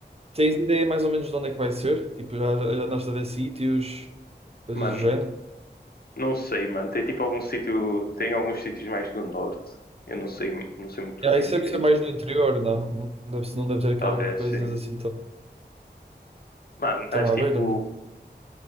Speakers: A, on the right (about 35°); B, on the left (about 55°).
A: Tens ideia mais ou menos de onde é que vai ser? Tipo, já, já já andaste a ver sítios, coisas
B: Mano,
A: do género?
B: não sei, mano. Tem tipo algum sítio, tem alguns sítios mais do norte. Eu não sei, não sei muito
A: Yeah,
B: bem
A: isso
B: direito.
A: deve ser mais no interior, não? Não deve, não deve ter cá
B: Talvez
A: coisas
B: sim.
A: assim
B: Mano,
A: Estão
B: mas
A: à
B: tipo,
A: beira-me.